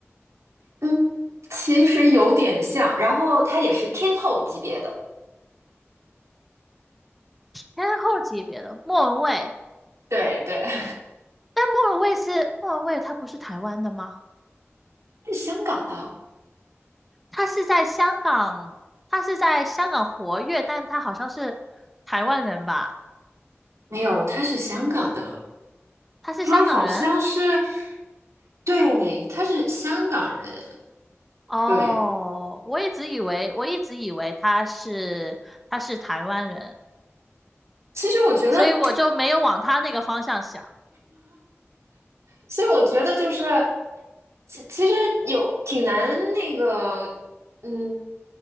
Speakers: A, on the right (about 80°); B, in the centre.
A: 嗯，其实有点像。然后他也是天后级别的，
B: 天后级别的，莫文蔚。
A: 对对，<laughs>
B: 但莫文蔚是莫文蔚，他不是台湾的吗？
A: 他是香港的，
B: 他是在香港，他是在香港活跃，但他好像是台湾人吧？
A: 没有，他是香港的，
B: 他是香港人？
A: 他好像是，对，他是香港人。
B: 哦，
A: 对，
B: 我一直以为，我一直以为他是他是台湾人，
A: 其实我觉得。
B: 所以我就没有往他那个方向想。
A: 所以我觉得就是，其其实有挺难那个，嗯，